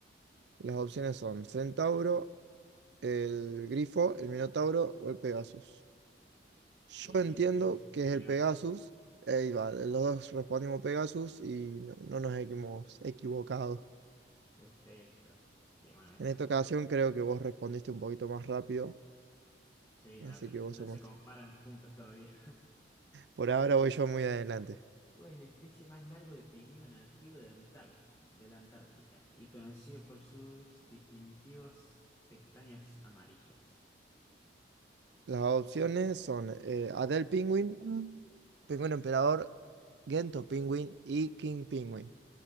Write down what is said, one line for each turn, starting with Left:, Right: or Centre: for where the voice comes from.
Right: Las opciones son centauro, el Grifo, el Minotauro o el Pegasus. Yo
Left: Yo diría
Right: entiendo
Left: que es el
Right: que es
Left: Pegaso.
Right: el Pegasus. eh, y vale, los dos respondimos Pegasus y no, no nos hemos equivocado.
Left: Perfecto. Sí, bueno, esa.
Right: En esta ocasión creo que vos respondiste un poquito más rápido,
Left: Sí, no,
Right: así
Left: pero
Right: que vos
Left: no
Right: sumaste.
Left: se comparan los puntos todavía.
Right: Por ahora voy yo muy adelante.
Left: <laughs> ¿Cuál es la especie más larga de pingüino nativo de Antárti- de la Antártica y conocido por sus distintivos pestañas amarillas?
Right: Las opciones son eh, Adele Penguin, Mm. Penguin Emperador, Gento Penguin y King Penguin.